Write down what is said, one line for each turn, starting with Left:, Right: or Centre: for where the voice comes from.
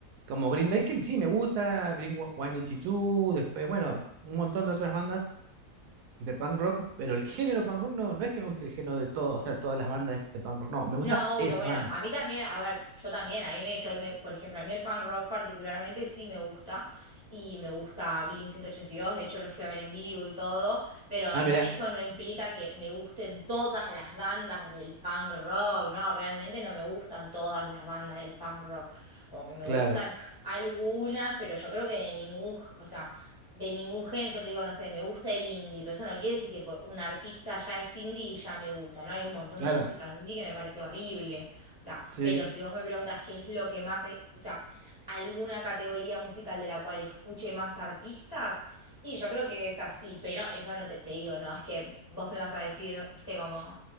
Right: como Green Day que sí me gusta, Blink-182, después, bueno, un montón de otras bandas de punk rock, pero el género punk rock no, no es que me guste el género de todo, o sea, todas las bandas de, de punk rock, no, me gusta
Left: No,
Right: esa
Left: obvio, bueno,
Right: banda.
Left: a mí también, a ver, yo también, a mí me, yo me- por ejemplo, a mí el punk rock particularmente sí me gusta y me gusta Blink ciento ochenta y dos de hecho lo fui a ver en vivo y todo, pero
Right: Ah,
Left: no,
Right: mira,
Left: eso no implica que me gusten todas las bandas del punk rock, no, realmente no me gustan todas las bandas del punk rock, como que me
Right: claro,
Left: gustan algunas, pero yo creo que de ningún, o sea, de ningún género. Yo te digo, no sé, me gusta el indie, pero eso no quiere decir que por un artista ya es indie y ya me gusta, ¿no? Hay un montón
Right: claro,
Left: de música indie que me parece horrible. O sea,
Right: sí,
Left: pero si vos me preguntas qué es lo que más, es- o sea, alguna categoría musical de la cual escuche más artistas, y yo creo que es así, pero eso no te, te digo, no, es que vos me vas a decir, viste, como,